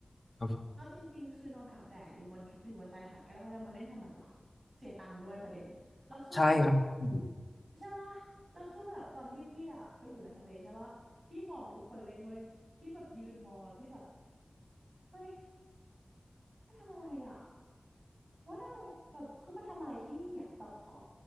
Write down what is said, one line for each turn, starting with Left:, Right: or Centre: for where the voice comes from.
Left: ครับผม
Right: เอาจริงๆคือนอนอาบแดดอยู่บนอยู่บนชายหาดก็ได้แล้วมาเล่นทำไมวะเสียตังค์ด้วยประเด็นแล้วคือแบบ
Left: ใช่ครับอื
Right: ใช่ปะแล้วคือแบบตอนที่พี่อะไปอยู่ในทะเลใช่ปะพี่มองทุกคนเล่นด้วยพี่แบบยืนมองแล้วพี่แบบเฮ้ยมาทำอะไรอะ ว่าทำไมแบบคือมาทำอะไรที่นี่อ่ะแบบขอ